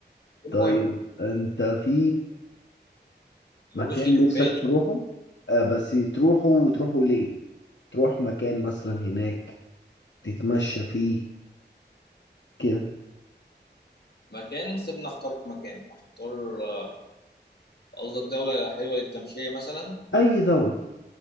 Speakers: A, on the left (about 60°); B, on the left (about 85°).
A: المهم
B: طيب انت في
A: القروش
B: مكان
A: اللي في
B: نفسك
A: بالي
B: تروحه آه، بس تروحه وتروحه ليه تروح مكان مثلا هناك تتمشى فيه كده
A: مكان سيبنا اختار مكان اختار آه، قصدك دوله حلوه للتمشيه مثلا
B: اي دولة